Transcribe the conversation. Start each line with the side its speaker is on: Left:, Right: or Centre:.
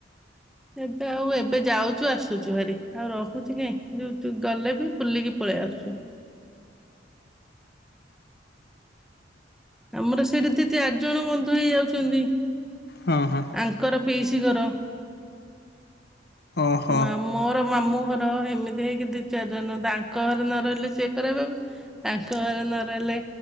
Centre: ଏବେ ଆଉ ଏବେ ଯାଉଚୁ ଆସୁଚୁ ଭାରି ଆଉ ରହୁଚି କାଇଁ ଯୋଉ ଗଲେ ବି ବୁଲିକି ପଳେଇ ଆସୁଚୁ। ଆମର ସେଇଠି ଦି ଚାରି ଜଣ ବନ୍ଧୁ ହେଇଯାଉଛନ୍ତି।
Left: ହଁ ହଁ।
Centre: ଆଙ୍କର ପିଇସିି ଘର
Left: ଓହୋ।
Centre: ମା ମୋର ମାମୁଁ ଘର ଏମିତି ହେଇକି ଦି ଚାରି ଜଣ ତାଙ୍କ ଘରେ ନ ରହିଲେ ସିଏ ଖରାପ ଭାବି ଆଙ୍କ ଘରେ ନ ରହିଲେ